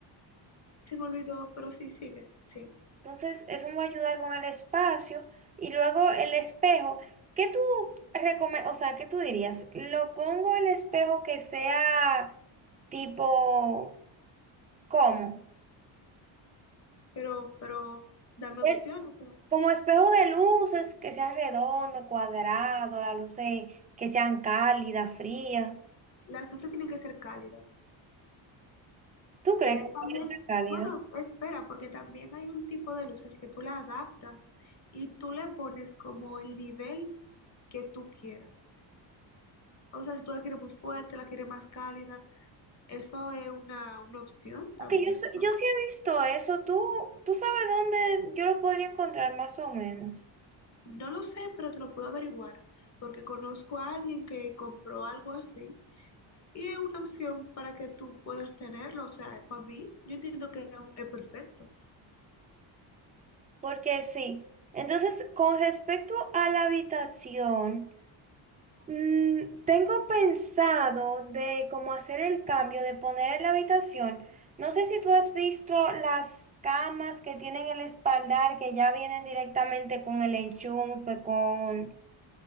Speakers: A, on the left; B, on the right.
A: Se me olvidó, pero sí, sigue, sí.
B: Entonces, eso me va a ayudar con el espacio. Y luego el espejo. ¿Qué tú recomiendas? O sea, ¿qué tú dirías? ¿Lo pongo el espejo que sea tipo, ¿cómo?
A: Pero, pero dame
B: El-
A: opción, o sea,
B: Como espejo de luces, que sea redondo, cuadrado, las luces que sean cálidas, frías.
A: las dos se tienen que ser cálidas.
B: ¿Tú crees
A: Eh,
B: que
A: también,
B: puede ser cálida?
A: bueno, espera, porque también hay un tipo de luces que tú la adaptas y tú le pones como el nivel que tú quieras. O sea, si tú la quieres muy fuerte, la quieres más cálida, eso es una, una opción también,
B: Porque yo, sé-
A: ¿no?
B: yo sí he visto eso. ¿Tú, tú sabes dónde yo lo podría encontrar más o menos?
A: No lo sé, pero te lo puedo averiguar, porque conozco a alguien que compró algo así y es una opción para que tú puedas tenerlo. O sea, para mí, yo entiendo que es un- es perfecto.
B: Porque sí. Entonces, con respecto a la habitación, mm, tengo pensado de cómo hacer el cambio de poner en la habitación. No sé si tú has visto las camas que tienen el espaldar que ya vienen directamente con el enchufe, con,